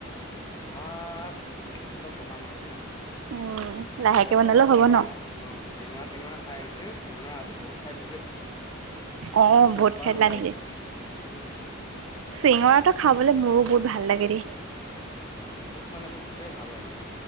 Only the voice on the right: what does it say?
উম লাহেকে
বনালেও
হ'ব
ন
অ
বহুত খাই দিলা
নেকি
চিঙৰাটো খাবলে মোৰো বহুত ভাল লাগে দেই